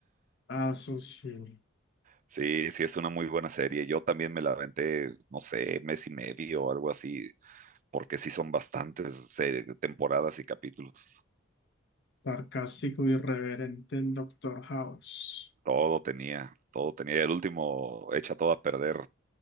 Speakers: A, on the left; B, on the right.
A: Ah, eso sí,
B: Sí, sí, es una muy buena serie. Yo también me la aventé, no sé, mes y medio o algo así, porque sí son bastantes eh, temporadas y capítulos.
A: sarcástico, irreverente, el Doctor House.
B: Todo tenía, todo tenía. El último echa todo a perder,